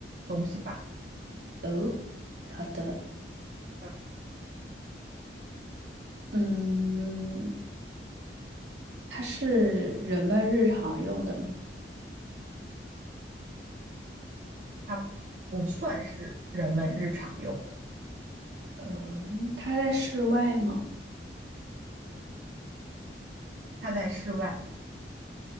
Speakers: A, on the right; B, on the right.
A: 东西吧，
B: 哦，好的。
A: 嗯，
B: 嗯，它是人们日常用的吗？
A: 它不算是人们日常用的，
B: 呃，它在室外吗？
A: 它在室外，